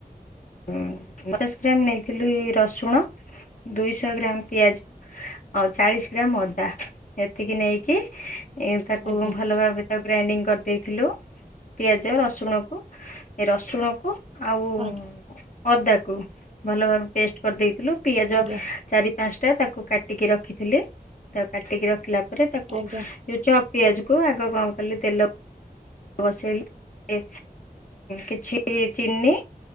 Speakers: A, on the left; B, on the right.
A: ପଚାଶ ଗ୍ରାମ ନେଇଥିଲୁ ଏ ରସୁଣ ଦୁଇଶହ ଗ୍ରାମ ପିଆଜ ଆଉ ଚାଳିଶ ଗ୍ରାମ ଅଦା ଏତିକି ନେଇକି ତାକୁ
B: ଆଜ୍ଞା
A: ଭଲ ଭାବେ ଆଉ ଗ୍ରାଇଣ୍ଡିଙ୍ଗ କରିଦେଇଥିଲୁ ପିଆଜ ରସୁଣକୁ ଏ ରସୁଣକୁ ଆଉ
B: ଆଜ୍ଞା ଆଜ୍ଞା
A: ଅଦାକୁ ଭଲ ଭାବେ ପେଷ୍ଟ କରିଦେଇଥିଲୁ ପିଆଜ
B: ଆଜ୍ଞା
A: ଚାରି ପାଞ୍ଚ ଟା ତାକୁ କାଟିକି ରଖିଥିଲି ତା କାଟିକି ରଖିଲା ପରେ ତାକୁ
B: ଆଜ୍ଞା ଆଜ୍ଞା ଆଜ୍ଞା
A: ଯୋଉ ଛଅ ପିଆଜ କୁ ଆଗ କଣ କଲି ତେଲ ବସେଇଲି କିଛି ଚିନି